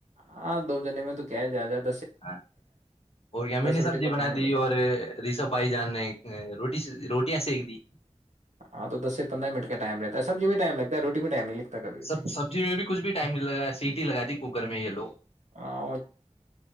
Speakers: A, on the right; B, on the left.
A: ہاں دو جنے میں تو کیا جیا جاتا
B: ہاں اور یم نے
A: روٹی
B: سبزی
A: پکانے
B: بنا دی
A: میں کیا
B: اور ریشب بھائی جان نے روٹی روٹیاں سیک دی
A: ہاں تو دس سے پندرہ منٹ کا ٹائم رہتا ہے سب جی ٹم لگ ہے رٹی ائ نہیں لگتا کبھی
B: سب
A: بھی
B: سبزی میں بھی کچھ بھی ٹائم نہیں لگا سیٹی ہی لگا ت کوکر میں یہ لو
A: ہاں